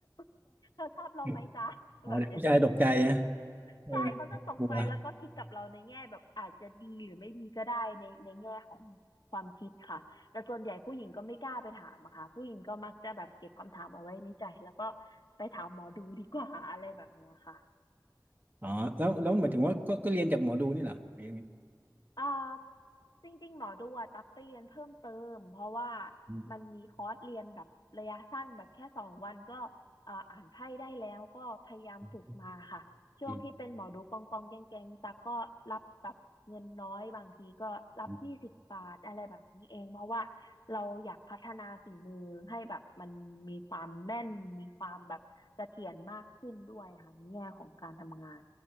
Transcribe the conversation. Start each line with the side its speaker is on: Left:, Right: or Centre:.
Left: <laughs> เธอชอบเราไหมจ๊ะแบบเนี้ย
Right: <laughs> อ๋อเดี๋ยวผู้ชายตกใจนะเออ
Left: ใช่เขาจะตกใจแล้วก็คิดกับเราในแง่แบบอาจจะดีหรือไม่ดีก็ได้ในในแง่ของความคิดค่ะแต่ส่วนใหญ่ผู้หญิงก็ไม่กล้าไปถามอะค่ะผู้หญิงก็มักจะแบบเก็บคำถามเอาไว้ในใจแล้วก็
Right: กลัว
Left: ไปถามหมอดูดีกว่าอะไรแบบเนี้ยค่ะ
Right: อ๋อแล้วแล้วหมายถึงว่าก็ก็เรียนจากหมอดูนี่เหรอหรือยังไง
Left: เอ่อจริงๆหมอดูอะตักไปเรียนเพิ่มเติมเพราะว่า
Right: อืม
Left: มันมีคอร์สเรียนแบบระยะสั้นแบบแค่สองวันก็เอ่ออ่านไพ่ได้แล้วก็พยายามฝึกมาค่ะช่วงที่เป็นหมอดูกองกองแกงแกงตักก็รับแบบเงินน้อยบางทีก็รับยี่สิบบาทอะไรแบบนี้เองเพราะว่า
Right: อืมอืมอืม
Left: เราอยากพัฒนาฝีมือให้แบบมันมีความแม่นมีความแบบเสถียรมากขึ้นด้วยค่ะในแง่ของการทำงาน